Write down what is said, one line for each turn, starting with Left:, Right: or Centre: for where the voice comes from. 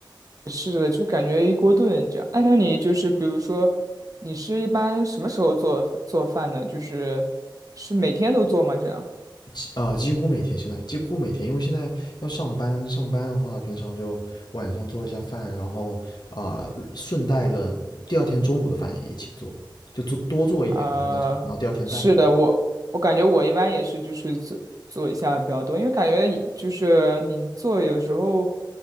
Right: 是的，就感觉一锅炖这样。哎，那你就是比如说，你是一般什么时候做做饭呢？就是是每天都做吗？这样？
Left: 几啊、几乎每天现在几乎每天，因为现在要上班，上班的话，平常就晚上做一下饭，然后啊、顺带的第二天中午的饭也一起做，就做多做一点，
Right: 啊、
Left: 然后然后第二天带着
Right: 是的，我我感觉我一般也是就是做做一下比较多，因为感觉一就是你做有时候